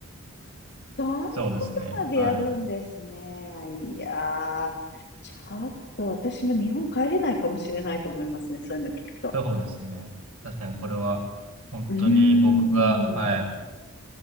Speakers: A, on the left (about 50°); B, on the right (about 70°).
A: そんなことまでやるんですね。
B: そうですね。はい。
A: いやー、ちょっと私も日本帰れないかもしれないと思いますね。そういうの聞くと。
B: そうですね。確かにこれは、本当に僕が、
A: うーん。
B: はい、